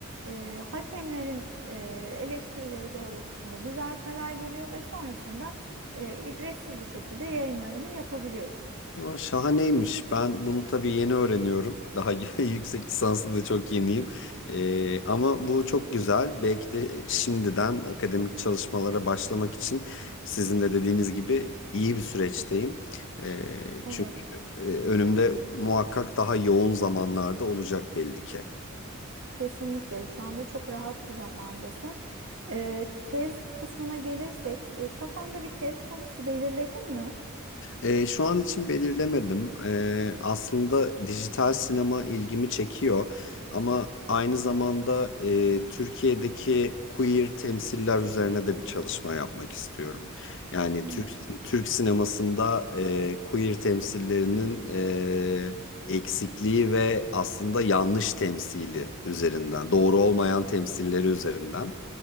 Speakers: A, on the right (about 60°); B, on the left (about 60°).
A: e, hakemlerin e, eleştirileri doğrultusunda düzeltmeler geliyor ve sonrasında e, ücretsiz bir şekilde yayınlarını yapabiliyorsun.
B: Aa, Şahaneymiş. Ben bunu tabii yeni öğreniyorum. Daha <laughs> yüksek lisanslı da çok yeniyim. Ee, ama bu çok güzel. Belki de şimdiden akademik çalışmalara başlamak için sizin de dediğiniz gibi iyi bir süreçteyim. Ee,
A: Evet,
B: çünkü e, önümde muhakkak daha yoğun zamanlarda olacak belli ki.
A: kesinlikle. Şu anda çok rahat bir zamandasın. E, tez kısmına gelirsek, e, kafanda bir tez konusu belirledin mi?
B: Ee, şu an için belirlemedim. Ee, aslında dijital sinema ilgimi çekiyor ama aynı zamanda e, Türkiye'deki queer temsiller üzerine de bir çalışma yapmak istiyorum. Yani
A: Hmm.
B: Türk si-, Türk sinemasında e, queer temsillerinin e, eksikliği ve aslında yanlış temsili üzerinden, doğru olmayan temsilleri üzerinden